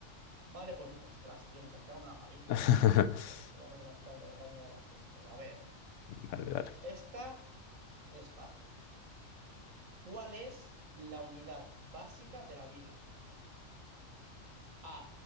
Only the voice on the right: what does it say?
Vale, pues, ostras, tío, me estás pegando una paliza,
¿eh? Se, se van a no demostrar de verdad quién era más listo. A ver,
esta es fácil. ¿Cuál es la unidad básica de la vida? A,